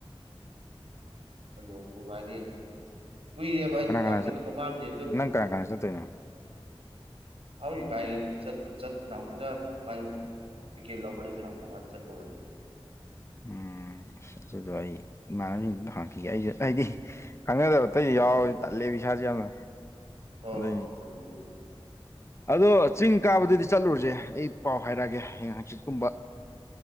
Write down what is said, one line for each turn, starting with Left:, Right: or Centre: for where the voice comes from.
Right: ꯑꯗꯣ ꯅꯨꯡꯉꯤꯢꯅꯤ ꯑꯗꯨꯝ ꯀꯨꯏꯔꯦꯕ <inaudible> ꯑꯩ
Left: ꯀꯅꯥ
Right: ꯂꯇꯩ
Left: ꯀꯅꯥ
Right: ꯑꯗꯨ ꯃꯃꯥꯡꯗꯦ ꯑꯗꯨꯝ
Left: ꯅꯪ ꯀꯅꯥ ꯀꯅꯥ ꯆꯠꯇꯣꯏꯅꯣ
Right: ꯍꯧꯔꯤꯕ ꯑꯩ ꯆꯠ <inaudible> ꯂꯈꯤꯗ ꯃꯥꯁꯨ ꯇꯤꯀꯦꯜ ꯂꯧꯔꯛꯀꯅꯤꯗꯤ ꯍꯥꯢꯕꯅꯤ ꯃꯥ ꯆꯠꯇꯧꯕꯅꯤ
Left: ꯎꯝ ꯑꯁ ꯑꯗꯨ ꯑꯩ ꯏꯃꯥꯟꯅꯅꯕꯁꯤꯡꯗ ꯑꯝꯇ ꯍꯪꯉꯛꯈꯤꯒꯦ ꯑꯩꯁꯨ ꯑꯩꯗꯤ ꯈꯪꯅꯗꯕ ꯑꯇꯩ
Right: ꯎꯝ
Left: ꯌꯥꯎꯔꯗꯤ ꯇꯠꯂꯦ ꯏꯁꯥꯥꯁꯦ ꯌꯥꯝꯅ
Right: ꯍꯣꯏ
Left: ꯑꯗꯨꯏꯅꯤ
Right: ꯍꯣꯏ ꯆꯝꯃꯦ ꯑꯗꯨꯁꯨ
Left: ꯑꯗꯣ ꯆꯤꯡ ꯀꯥꯕꯗꯨꯗꯤ ꯆꯠꯂꯨꯔꯁꯦ ꯑꯩ ꯄꯥꯎ ꯍꯥꯏꯔꯛꯑꯒꯦ ꯍꯌꯦꯡ ꯍꯪꯆꯤꯠꯀꯨꯝꯕ